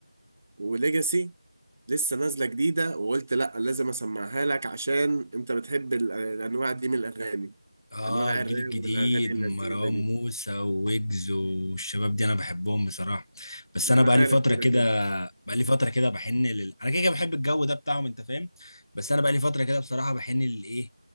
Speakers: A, on the right (about 25°); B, on the left (about 50°).
A: وليجاسي لسه نازلة جديدة وقلت لا لازم اسمعها لك عشان انت بتحب ال- الانواع دي من الاغاني
B: اه
A: انواع
B: الجيل
A: الراب
B: الجديد
A: والاغاني اللذيذة
B: مروان
A: دي
B: موسى وويجز والشباب دي انا بحبهم بصراحة بس
A: انا
B: انا بقالي
A: عارف
B: فترة
A: كده
B: كده
A: كده
B: بقالي فترة كده بحن لل... انا كده كده بحب الجو ده بتاعهم انت فاهم بس انا بقالي فترة كده بصراحة بحن للايه